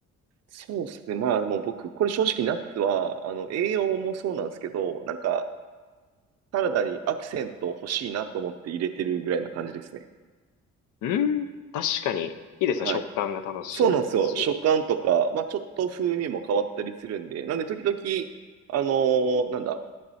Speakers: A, on the right; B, on the left.
A: そうですね。まあでも僕、これ正直ナッツは、あの、栄養もそうなんですけど、なんか、サラダにアクセント欲しいなと思って入れてるぐらいな感じですね。
B: うん、確かに、いいですね。
A: はい。
B: 食感が楽しいですし。
A: そうなんですよ。食感とか、まあちょっと風味も変わったりするんで、なんで時々、あのーなんだ、